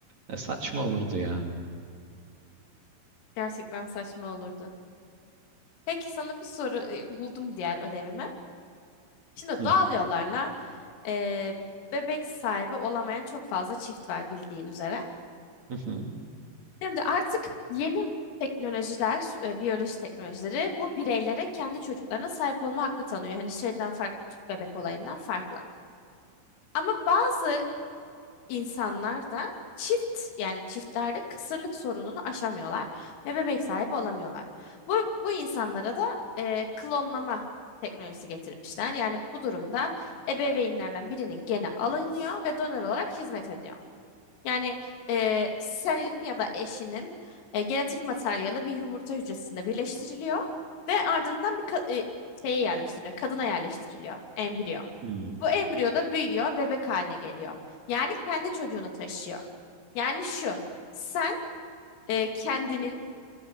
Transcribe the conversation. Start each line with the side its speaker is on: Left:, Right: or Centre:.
Right: e, saçma olurdu ya.
Left: Gerçekten saçma olurdu. Peki sana bir soru e, buldum diğer ödevime. Şimdi
Right: Hı.
Left: doğal yollarla eee, bebek sahibi olamayan çok fazla çift var bildiğin üzere.
Right: Hı hı.
Left: Şimdi artık yeni teknolojiler, e, biyoloji teknolojileri bu bireylere kendi çocuklarına sahip olma hakkı tanıyor. Hani şeyden farklı, tüp bebek olayından farklı. Ama bazı insanlar da çift yani çiftlerde kısırlık sorununu aşamıyorlar ve bebek sahibi olamıyorlar. Bu, bu insanlara da e, klonlama teknolojisi getirmişler. Yani bu durumda ebeveynlerden birinin geni alınıyor ve donör olarak hizmet ediyor. Yani e, senin ya da eşinin e, genetik materyali bir yumurta hücresinde birleştiriliyor ve ardından bir ka- e, şeye yerleştiriliyor, kadına yerleştiriliyor, embriyo.
Right: Hı.
Left: Bu embriyo da büyüyor, bebek haline geliyor. Yani kendi çocuğunu taşıyor. Yani şu, sen e, kendinin